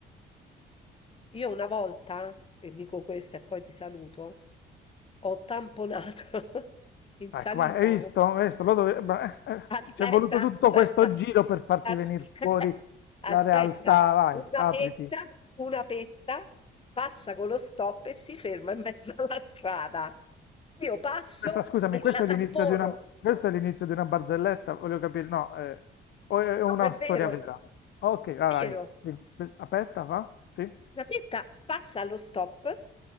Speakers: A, on the left; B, on the left.
A: Io una volta, e dico questa e poi ti saluto, ho tamponato <laughs> in salita.
B: Ecco, vai, hai visto? Hai visto? Lo dove- beh, eh, eh,
A: Aspetta,
B: ci è voluto tutto
A: aspetta,
B: questo giro per farti
A: aspetta,
B: venire fuori
A: aspetta.
B: la realtà, vai,
A: Una
B: apriti.
A: petta, una petta passa con lo stop e si ferma in mezzo alla strada. Io passo
B: Aspetta, scusami,
A: e
B: questo
A: la tampono.
B: è l'inizio di una, questo è l'inizio di una barzelletta, voglio capire, no, eh, o è una
A: No, è vero,
B: storia vera?
A: è
B: Ok, vai,
A: vero.
B: vai. Dimmi. Que- Aspetta, va? Sì?
A: La Bietta passa allo stop,